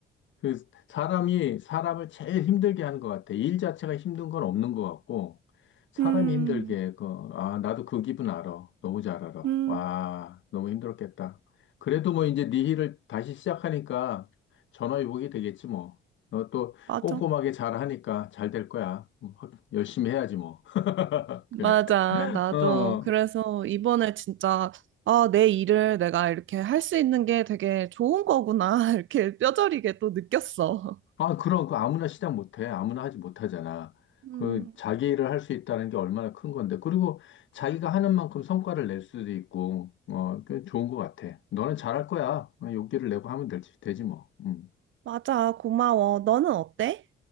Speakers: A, on the left (about 70°); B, on the right (about 75°).
A: 그 사람이 사람을 제일 힘들게 하는 것 같아. 일 자체가 힘든 건 없는 것 같고, 사람이
B: 음,
A: 힘들게, 그, 아, 나도 그 기분 알아. 너무 잘 알아.
B: 음,
A: 와, 너무 힘들었겠다. 그래도 뭐 이제 네 일을 다시 시작하니까 전화위복이 되겠지 뭐. 너 또
B: 맞아.
A: 꼼꼼하게 잘 하니까 잘 될 거야. 음, 확- 열심히 해야지 뭐. <laughs>
B: 맞아.
A: 그래.
B: 나도
A: 어.
B: 그래서 이번에 진짜 아, 내 일을 내가 이렇게 할 수 있는 게 되게 좋은 거구나. <laughs> 이렇게 뼈저리게 또 느꼈어.
A: 아, 그럼 그 아무나 시작 못해. 아무나 하지 못하잖아.
B: 음,
A: 그 자기 일을 할 수 있다는 게 얼마나 큰 건데. 그리고 자기가 하는 만큼 성과를 낼 수도 있고, 어, 그 좋은 것 같아. 너는 잘 할 거야. 어, 용기를 내고 하면 될지, 되지 뭐. 음.
B: 맞아. 고마워. 너는 어때?